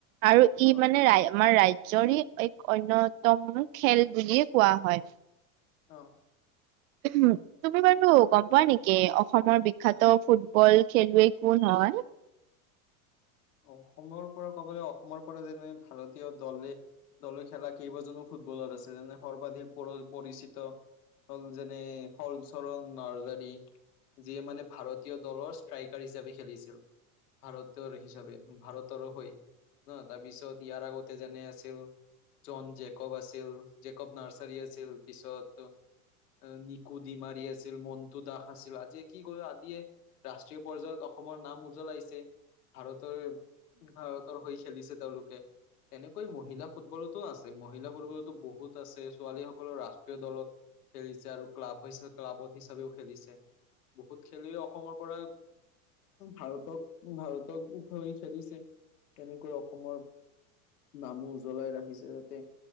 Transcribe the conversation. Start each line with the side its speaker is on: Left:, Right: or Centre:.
Right: আৰু ই
Left: অ
Right: মানে, ৰাই আমাৰ ৰাজ জৰি এক অন্যতম খেল বুলি কোৱা হয়।
Left: অঁ।
Right: উম। তুমি বাৰু গম পোৱা নেকি অসমৰ বিখ্যাত ফুটবল খেলুৱৈ কোন হয়?
Left: অসমৰ পৰা ক'বলে অসমৰ পৰা যেনে ভাৰতীয় দলে দলে খেলা কেইবাজনো ফুটবলাৰ আছে, যেনে সৰ্বাধিক পৰ পৰিচিত হ'ল যেনে হ'ল চৰণ নাৰ্জাৰী যিয়ে মানে ভাৰতীয় দলৰ ষ্ট্ৰাইকাৰ হিচাপে খেলিছিল, ভাৰতৰ হিচাপে ভাৰতৰো হয় হা, তাৰপিছত ইয়াৰ আগতে যেনে আছিল জন জেক। জেকব আছিল, জেকব নাৰ্চাৰী আছিল পিছত নিকু দিমাৰী আছিল, মন্টু দাস আছিল। আজিয় কি, আদিয়ে ৰাষ্ট্ৰীয় পৰ্যায়ত অসমৰ নাম উজ্বলাইছে, ভাৰতৰ ভাৰত তৰ হৈ খেলিছে তেওঁলোকে। তেনেকৈ মহিলা ফুটবলতো আছে, মহিলা ফুটবলতো বহুত আছে, ছোৱালীসকলৰ ৰাষ্ট্ৰীয় দলত খেলিছে আৰু ক্লাব ভাইছে, ক্লাবত হিচাপেও খেলিছে। বহুত খেলুৱৈ অসমৰ পৰা ভাৰতক, ভাৰত উখই ফেলিছে কেনেকৈ অসমৰ নামো উজ্বলাই ৰাখিছে, যাতে